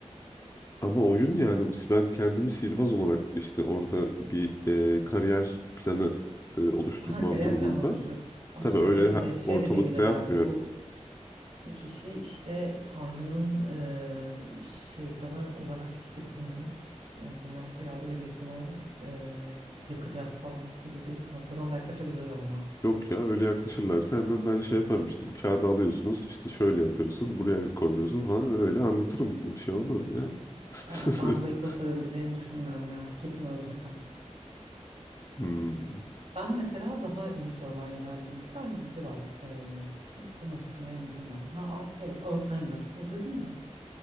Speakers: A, on the left; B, on the right.
A: Ama oyun yani bu. Ben kendimi sihirbaz olarak işte orada bir e, kariyer planı e, oluşturmam
B: Ha, kariyer
A: durumunda.
B: planı oluşturuyorsun. Ama
A: Tabii
B: şimdi
A: öyle
B: e,
A: ha-
B: şey
A: ortalıkta
B: de diyebilirler.
A: yapmıyorum.
B: Bu Bu kişi işte Tanrı'nın eee, şeytanı olarak işte bizim eee, dünyamıza geldi ve biz bunu eee, yakacağız falan gibi bir noktadan da yaklaşabilirler ama.
A: Yok ya öyle yaklaşırlarsa hemen ben şey yaparım işte bu kağıdı alıyorsunuz işte şöyle yapıyorsun buraya koyuyorsun falan öyle anlatırım bir şey olmaz ya. <laughs>
B: Aa, ben burayı kotarabileceğini düşünmüyorum ya. Kesin öldün sen.
A: Hmm.
B: Ben mesela daha iyi survive ederdim. Bir tane dizi var. Eee, şimdi adını hatırlayamadım da. Ha a- şey Outlander. İzledin mi?